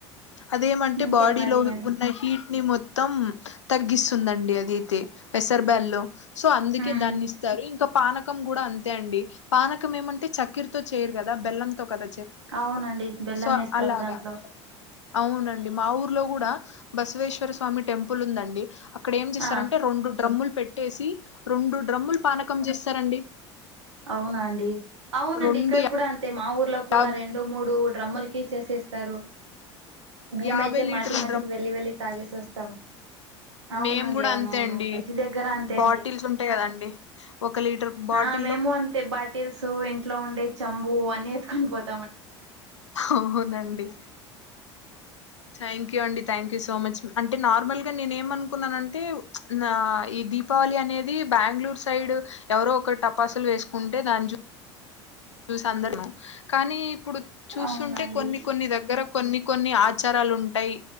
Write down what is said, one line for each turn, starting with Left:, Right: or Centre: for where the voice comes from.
Left: అదేమంటే
Right: ఇంకే
Left: బాడీలో
Right: మరి అండి
Left: ఉన్న హీట్ ని మొత్త మొత్తం తగ్గిస్తుందండి అదియితే పెసర్ బ్యాల్ లో సో అందుకే
Right: ఉమ్
Left: దాన్ని ఇస్తారు ఇంకా పానకం కూడా అంతే అండి పానకం ఏమంటే చక్కిరి తో చేయరు కదా బెల్లం కద
Right: అవునండి బెల్లం
Left: సో
Right: వేస్తారు
Left: అలగా
Right: దాంట్లో
Left: అవునండి మా ఊ లో కూడా బసవేశ్వర స్వామి టెంపుల్ ఉందండి ఇక్కడం ఏం చేశారంటేె
Right: ఆ
Left: రెండు డ్రమ్ములు పెట్టేసి రెండు డ్రమ్ములు పానకం చేస్త స్తరండి
Right: అవునండి అవునండి
Left: రెండు
Right: ఇక్కడ కూడా అంతే అయితే మా ఊర్లో
Left: యాబ్
Right: కూడా రెండు మూడు డ్రమ్ముల క చేేసేస్త ఇస్తారు మేమైతే
Left: యాభై లీటర్ల
Right: మాటి మాటికి వెళ్లి వెళ్ళి తాగేసి వస్తాము అవునండి
Left: మేమ్ కూడా
Right: అవునవును
Left: అంతే అండి
Right: ప్రతి దగ్గర అంతే
Left: బాటిల్స్
Right: అండి
Left: ఉంటాయి కదండి ఒక లీటర్ బాటిల్
Right: ఆ మేము అంతే బాటిల్స్ ఇంట్లో ఉండే చంబు అన్ని ఖంపోతే
Left: అవునండి థ్యాంక్ యూ అండి థ్యాంక్ యూ సో మచ్ అంటే నార్మల్గా నేను ఏమ అనుకున్నానంటే నా ఈ దీపావళి అనేది బెంగళూరు సైడ్ ఎవరో ఒక టపాసులు వేసుకుంటే దాని చూ సందర్భం కానీ ఇప్పుడు చూస్తుంటే
Right: అవునండి
Left: కొన్ని కొన్ని దగ్గర కొన్ని కొన్ని ఆచారాలు ఉంటాయి